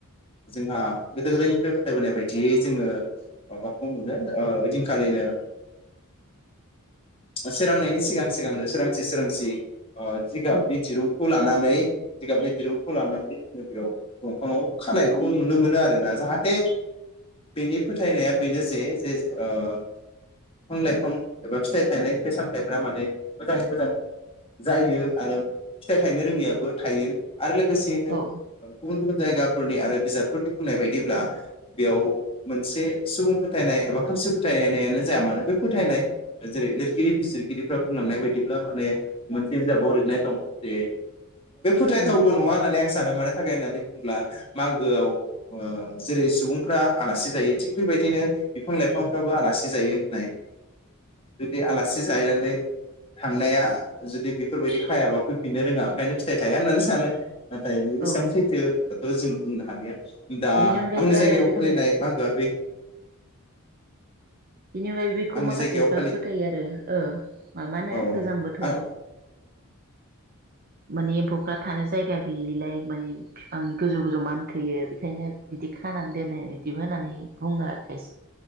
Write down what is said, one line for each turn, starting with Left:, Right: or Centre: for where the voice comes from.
Left: जोंहा गोदो गोदायनिफ्राय फोथायबोनाय बायदियै जोङो माबाखौ मोनो ओइदिनखालिनो सोरांनायनि सिगां सिगांनो सोरांसि सोरांसि अ जिगाबनि
Right: औ
Left: दिरुंखौ ला लानानै जिगाबनि दिरुंखौ लानानै जोङो बेयाव दंफाङाव खानायखौ नुनो मोनो आरोना जाहाथे बेनि फोथायनाया बेनो जे जे बिफां लाइफां एबा फिथाइ थायनाय फिथाइ सामथायाइफ माने मोजाङै मोजां जायो आरो फिथाइ थायनो रोङियाबो थायो। आरो लोगोसेयैनो
Right: औ
Left: गुबुन गुबुन जायगाफोरनि आरो बिजाबफोरनि बुंनाय बायदिब्ला बेयाव मोनसे सुबुं फोथायनाय एबा खोमसि फोथायनायानो जाया मानो बे फोथायनाय जेरै लिरगिरि बिजिरगिरिफ्रा बुंलांनाय बायदिब्ला माने मोनसे बिजाबाव लिरनाय दं जे बे फोथायथावबो
Right: उम
Left: नङा होननानै आं सानो माने थाखाय होननानै बुङोब्ला मागोआव जेरै सुबुंफ्रा आलासि जायो थिग बेबायदिनो बिफां लाइफांफ्राबो आलासि जायो होननाय जुदि आलासि जानानै थांनाया जुदि बेफोरबायदि खायाबा फैफिननो रोङा ओंखायनो फिथाइ थाया होननानै सानो। नाथाइ बेसेबां
Right: औ
Left: सैथो जों बुंनो हालिया दा
Right: बिनि अनगायैबो
Left: आंनि
Right: आरो
Left: जायगायाव
Right: बेखौ
Left: फालिनाय मागोआ बे
Right: बेनि अनगायो बेखौ
Left: आंनि
Right: माखासेफ्रा
Left: जायगायाव फालि
Right: फोथायो आरो ओ मा माबानो
Left: औ
Right: गोजां बोथोराव
Left: आं
Right: माने एम्फौफ्रा थानो जायगा गैयिलाय माने बिफांनि गोजौ गोजौ मानखोयो बेखायनो बिदि खानानै दोनो इदि। बिबो होननानै बुङो आरो खाय